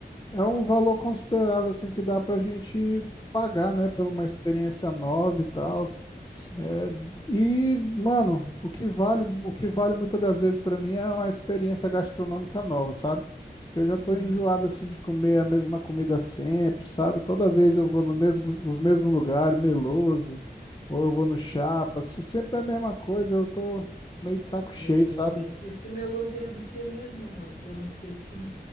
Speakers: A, on the left; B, on the left.
A: é um valor considerável, assim, que dá pra gente pagar, né? Pela uma experiência nova e tal.
B: Sim.
A: É, e, mano, o que vale, o que vale muitas das vezes pra mim é uma experiência gastronômica nova, sabe? Porque eu já
B: Hum.
A: tô enjoado assim de comer a mesma comida sempre, sabe? Toda vez eu vou no mesmo, nos mesmos lugares, meloso, ou eu vou no Chapas, sempre é a mesma coisa, eu tô meio de saco cheio,
B: Meloso.
A: sabe?
B: Esse, esse Meloso aí é do que mesmo, mano? Que eu me esqueci.